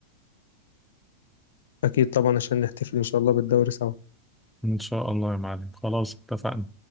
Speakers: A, on the left; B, in the centre.
A: أكيد طبعا عشان نحتفل إن شاء الله بالدوري سوا
B: ان شاء الله يا معلم خلاص اتفقنا